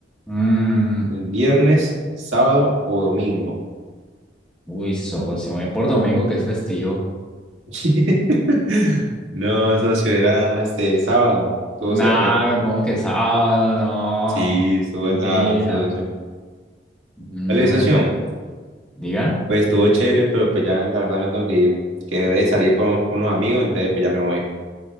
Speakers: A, in the centre; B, on the right.
A: Mm.
B: ¿El viernes, sábado o domingo?
A: Uy, socio, me voy por domingo, que es festivo.
B: <laughs> No, socio, era este sábado, estuvo
A: Nada,
B: cerca.
A: ¿cómo que sábado? No,
B: Sí, estuvo
A: mentira.
B: al lado, socio.
A: No,
B: Vale, socio,
A: diga.
B: pues estuvo chévere, pero pues ya la verdad me tengo que ir. Quedé de salir con, con unos amigos, entonces pues ya me voy.